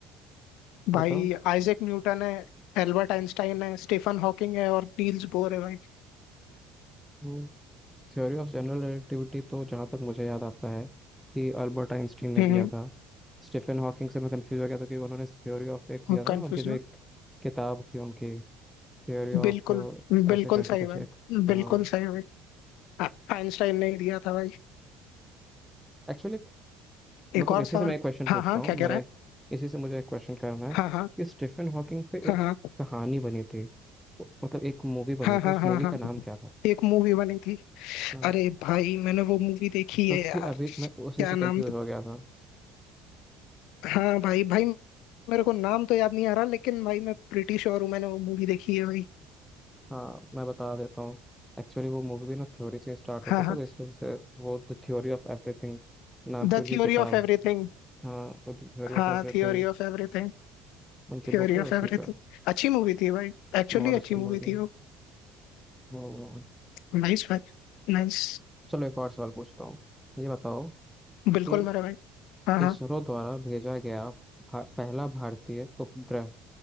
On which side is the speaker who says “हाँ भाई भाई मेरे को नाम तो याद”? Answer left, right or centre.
Left